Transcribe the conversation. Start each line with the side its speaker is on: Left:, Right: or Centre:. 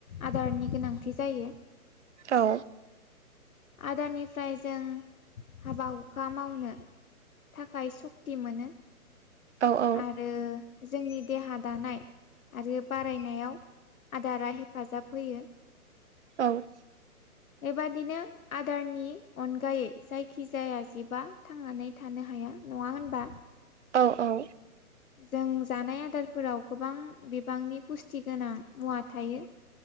Left: आदारनि गोनांथि जायो
Right: औ
Left: आदारनि फ्राय जों हाबा हुखा मावनो थाखाय सक्ति मोनो
Right: औ औ
Left: आरो जोंनि देहा दानाय आरो बारायनायाव आदारा हेफाजाब होयो
Right: औ
Left: बेबादिनो आदारनि अनगायै जायखिजाया जिबा थांनानै थानो हा -या नङा होनबा
Right: औ औ
Left: जों जानाय आदारफोराव गोबां बिबांनि पुस्टि गोनां मुवा थायो